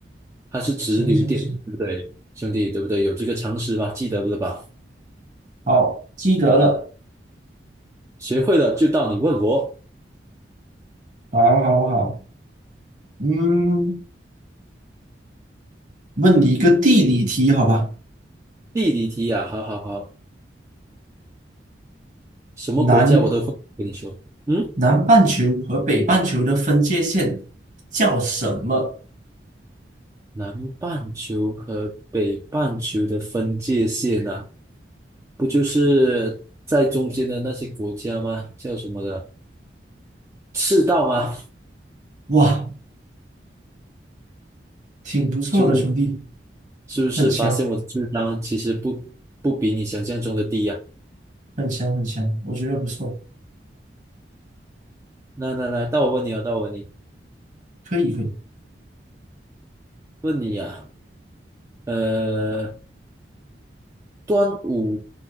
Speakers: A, on the right; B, on the right.
A: 它是直流电，
B: 行行行，
A: 对不对，兄弟？对不对？有这个常识吧？记得了吧？
B: 好，记得了。
A: 学会了就到你问我
B: 好，好，好，嗯，问你一个地理题，好吧？
A: 地理题呀、好好好，什么国家我都会跟你说。
B: 难
A: 嗯。
B: 南半球和北半球的分界线叫什么？
A: 南半球和北半球的分界线啊，不就是在中间的那些国家吗？叫什么的？赤道吗？
B: 哇，挺不错的，
A: 兄弟，
B: 兄弟，
A: 是不是发现我的智商其实不不比你想象中的低呀、
B: 很强，很强，很强，我觉得不错，
A: 来来来，到我问你啊，到我问你，
B: 可以，可以。<laughs>
A: 问你呀、呃，端午，